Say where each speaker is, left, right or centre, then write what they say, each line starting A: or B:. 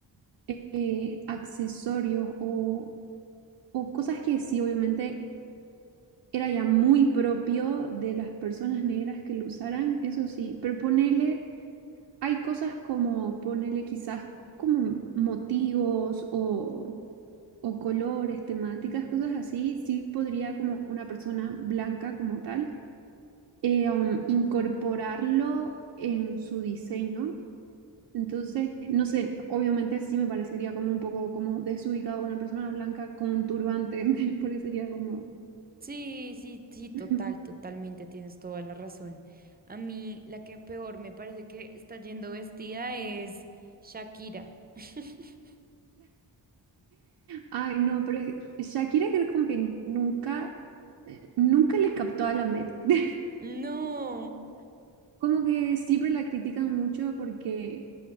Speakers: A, on the right; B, on the right.
A: eh, eh, accesorios o, o cosas que sí, obviamente era ya muy propio de las personas negras que lo usaran, eso sí, pero ponele, hay cosas como ponele quizás como motivos o, o colores, temáticas, cosas así, sí podría como una persona blanca como tal eh, um, incorporarlo en su diseño Entonces, no sé, obviamente sí me parecería como un poco como desubicado una persona blanca con un turbante, <laughs> porque sería como...
B: Sí, sí, sí, total,
A: <laughs>
B: totalmente, tienes toda la razón. A mí la que peor me parece que está yendo vestida es Shakira. <laughs>
A: Ay, no, pero es- Shakira creo como que nunca, eh, nunca le captó a la Met. <laughs>
B: No.
A: Como que siempre la critican mucho porque